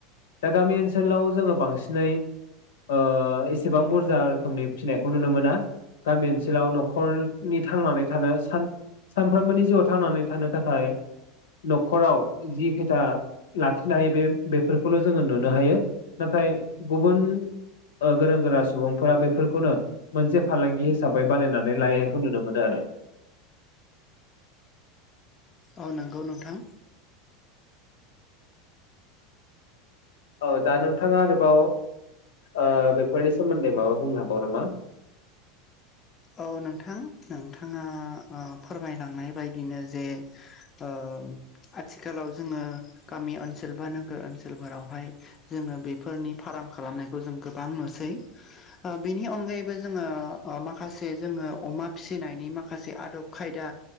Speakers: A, on the left (about 85°); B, on the left (about 30°).
A: दा गामि ओनसोलाव जोङो बांसिनै ओ एसेबां बुरजा <unintelligible> फिसिनायखौ नुनो मोना गामि ओनसोलाव न'खरनि थांनानै थानो सान सानफ्रोमबोनि जिउआव थांनानै थानो थाखाय न'खराव जि पेता लाखिनो हायो बे बेफोरखौल' नुनो हायो। नाथाय गुबुन ओ गोरों गोरा सुबुंफोरा बैफोर खौनो मोनसे फालांगि हिसाबै बानायनानै लायेंखौ नुनो मोनो।
B: औ नोंगौ नोंथां।
A: औ दा नोंथाङा आरोबाव ओ बेफोरनि सोमोन्दै माबा बुंनो हाबावगोन नामा?
B: औ नोंथां नोंथाङा ओ फोरमायलांनाय बायदिनो जे ओ आथिखालाव जोङो गामि ओनसोल बा नोगोर ओनसोल फोरावहाय जोङो बेफोरनि फाराम खालामनाय खौ जों गोबां नुसै ओ बेनि अनगायैबो जोङो ओ खासे जोङो अमा फिसिनायनि माखासे आदब खायदा